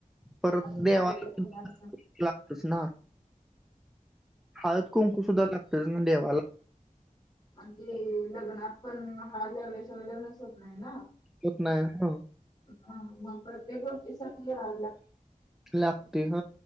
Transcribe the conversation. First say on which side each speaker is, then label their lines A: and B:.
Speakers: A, in the centre; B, on the left.
A: परत
B: अ
A: देवाला
B: काय होणार
A: लागतच ना हळद कुंकू सुद्धा लागतेच ना देवाला
B: आणखी लग्नात पण हळ लावल्याशिवाय लग्नच होत नाही ना
A: होत नाही आहे हा
B: हा मग प्रत्येक गोष्टीसाठी याय ला
A: लागते ह